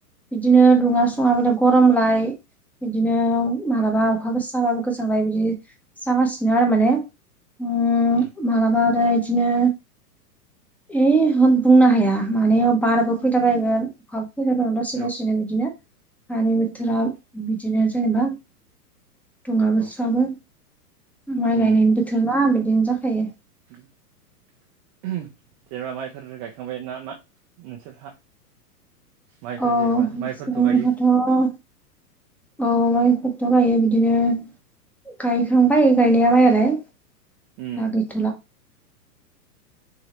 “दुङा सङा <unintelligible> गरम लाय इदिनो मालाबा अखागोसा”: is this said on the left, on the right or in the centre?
Centre